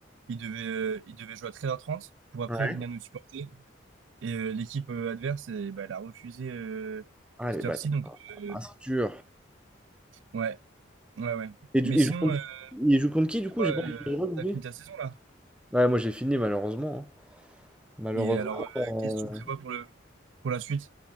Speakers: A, on the right; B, in the centre.
A: il devait, euh, il devait jouer à 13h30 pour après
B: Ouais.
A: venir nous supporter. Et euh, l'équipe euh, adverse, eh ben, elle a refusé euh,
B: Ah,
A: cette
B: les bâtards.
A: heure-ci. Donc, euh,
B: Ah, c'est dur.
A: ouais, ouais, ouais.
B: Et du
A: Mais
B: il
A: sinon,
B: joue contre
A: euh,
B: il joue contre qui du
A: toi,
B: coup? J'ai pas
A: euh,
B: j'ai pas compris.
A: t'as fini ta saison là.
B: Ouais, moi j'ai fini malheureusement, hein. Malheureusement,
A: Et alors, euh, qu'est-ce
B: heu,
A: que tu prévois pour le, pour la suite?